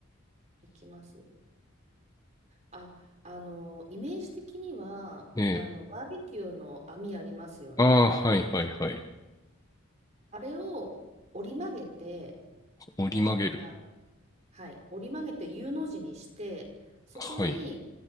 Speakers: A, on the right (about 30°); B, on the left (about 15°).
A: 行きます。あ、あの、イメージ的には、
B: え
A: あの、バーベキューの網ありますよね。
B: ー、ああ、はいはいはい。
A: あれを折り曲げて、
B: 折り曲げる。
A: あ、はい、折り曲げて U の字にして、そこに、
B: はい。